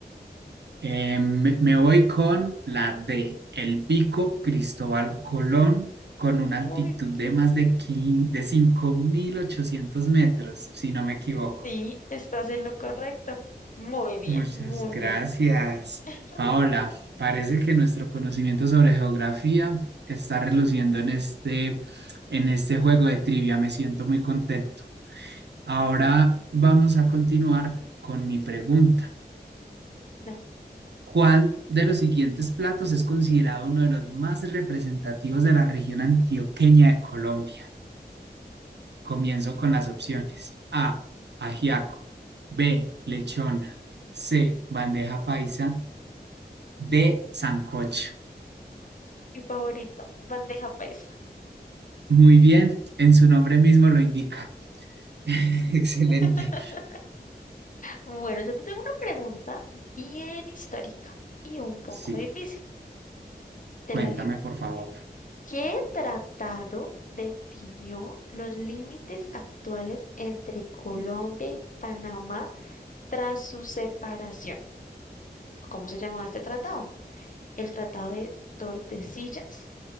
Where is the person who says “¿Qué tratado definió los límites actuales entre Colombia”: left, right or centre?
Left